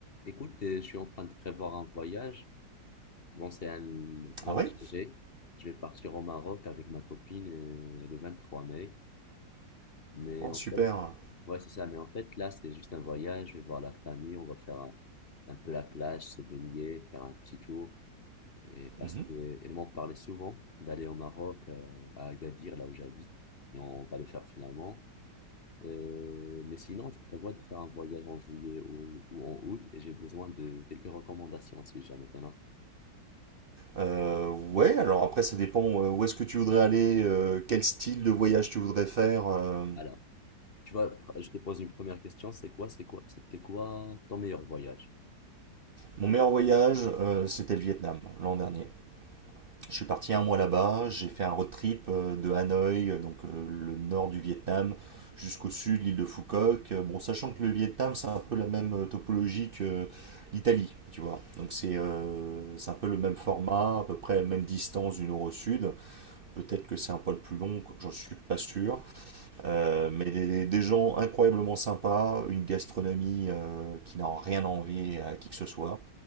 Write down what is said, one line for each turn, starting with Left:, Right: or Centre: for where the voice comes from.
Left: Écoute, euh, je suis en train de prévoir un voyage. Bon, c'est un voyage
Right: Ah ouais
Left: léger. Je vais partir au Maroc avec ma copine euh, le 23 mai. Mais
Right: Oh,
Left: en
Right: Super.
Left: fait, ouais, c'est ça. Mais en fait, là, c'est juste un voyage. Je vais voir la famille. On va faire un, un peu la plage, se baigner, faire un petit tour. Et parce
Right: Mhm.
Left: qu'elle m'en parlait souvent d'aller au Maroc, euh, à Agadir, là où j'habite. Et on va le faire finalement. Euh, mais sinon, je prévois de faire un voyage en juillet ou, ou en août. Et j'ai besoin de quelques recommandations si jamais t'en as.
Right: Euh, ouais, alors après, ça dépend euh, où est-ce que tu voudrais aller, euh, quel style de voyage tu voudrais faire. euh.
Left: Alors, tu vois, pr- je te pose une première question. C'est quoi, c'est quoi, c'était quoi ton meilleur voyage?
Right: Mon meilleur voyage, euh, c'était le Vietnam, l'an dernier. Je suis parti un mois là-bas, j'ai fait un road trip euh, de Hanoï, euh, donc euh, le nord du Vietnam, jusqu'au sud, l'île de Phu Quoc. Euh, Bon, sachant que le Vietnam, c'est un peu la même euh, topologie que euh, l'Italie, tu vois. Donc c'est euh, c'est un peu le même format, à peu près la même distance du nord au sud. Peut-être que c'est un poil plus long, j'en suis pas sûr. Euh, mais des, des gens incroyablement sympas, une gastronomie euh, qui n'a rien à envier à qui que ce soit.